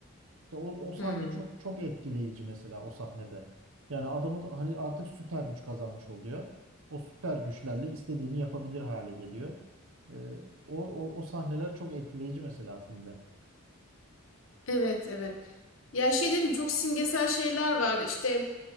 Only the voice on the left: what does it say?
Hmm.
Evet evet. Ya şey dedim çok simgesel şeyler var. İşte